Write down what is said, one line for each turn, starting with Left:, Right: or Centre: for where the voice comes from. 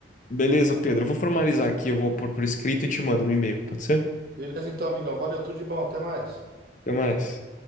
Left: Beleza, Pedro. Eu vou formalizar aqui, eu vou pôr por escrito e te mando no e-mail, pode ser?
Right: Beleza então, amigão, valeu, tudo de bom, até mais.
Left: Até mais.